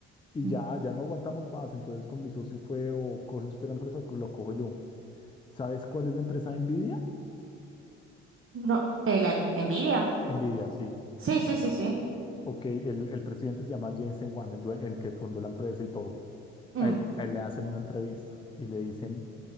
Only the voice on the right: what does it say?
mm.
No, eh, la en- envidia.
Sí, sí, sí, sí.
Mm,